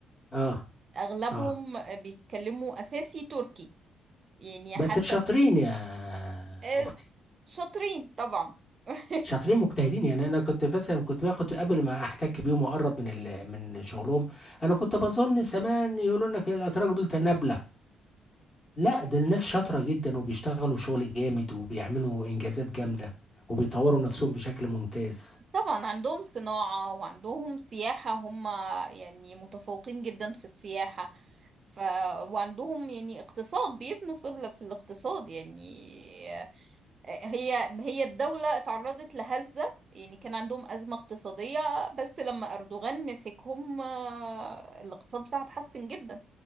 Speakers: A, on the left (about 30°); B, on the right (about 40°).
A: اه
B: اغلبهم
A: اه
B: بيتكلموا اساسي تركي يعني
A: بس
B: حتى
A: شاطرين يا
B: آه،
A: اختي
B: شاطرين طبعا <laughs>
A: شاطرين مجتهدين يعني انا كنت مثلا كنت باخد قبل ما احتك بيهم واقرب من ال... من شغلهم انا كنت بظن زمان يقولوا لك الاتراك دول تنابله لا ده الناس شاطره جدا وبيشتغلوا شغل جامد وبيعملوا انجازات جامده وبيطوروا نفسهم بشكل ممتاز
B: طبعا عندهم صناعة وعندهم سياحة هم يعني متفوقين جدا في السياحة ف... وعندهم يعني اقتصاد بيبنوا في, ال... في الاقتصاد يعني آه، هي هي الدولة اتعرضت لهزة يعني كان عندهم أزمة اقتصادية بس لما أردوغان مسكهم آه، الاقتصاد بتاعها اتحسن جدا